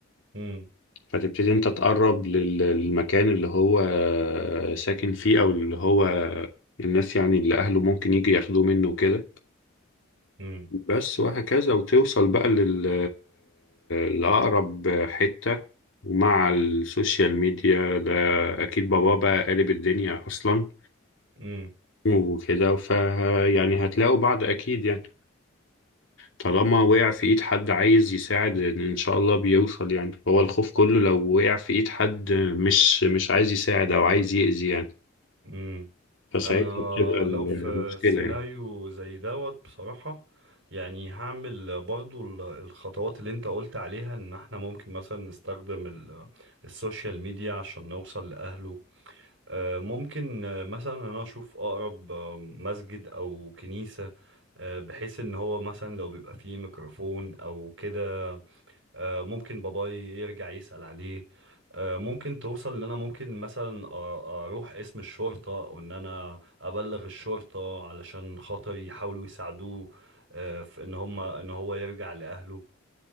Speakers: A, on the right; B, on the left.
A: مم.
B: فتبتدي انت تقرب لل- للمكان اللي هو ساكن فيه او اللي هو الناس يعني اللي اهله ممكن يجي ياخدوه منه وكده
A: مم.
B: بس وهكذا وتوصل بقى لل لأقرب حتة ومع السوشيال ميديا ده اكيد بابا بقى قالب الدنيا اصلا
A: مم.
B: وكده ف يعني هتلاقوا بعض اكيد يعني طالما وقع في ايد حد عايز يساعد ان شاء الله بيوصل يعني هو الخوف كله لو وقع في ايد حد مش مش عايز يساعد او عايز يأذي يعني
A: مم.
B: فساعتها
A: انا
B: بتبقى ال-
A: لو في
B: المشكلة
A: سيناريو
B: يعني
A: زي دوت بصراحة يعني هعمل برضو ال- الخطوات اللي انت قلت عليها ان احنا ممكن مثلا نستخدم ال- السوشيال ميديا عشان نوصل لأهله آه، ممكن آه، مثلا انا اشوف اقرب آه، مسجد او كنيسة آه، بحيث ان هو مثلا لو بيبقى فيه ميكروفون او كده آه، ممكن باباي يرجع يسأل عليه آه، ممكن توصل ان انا ممكن مثلا أ- اروح اسم الشرطة او ان انا ابلغ الشرطة علشان خاطر يحاولوا يساعدوه آه، في ان هم ان هو يرجع لأهله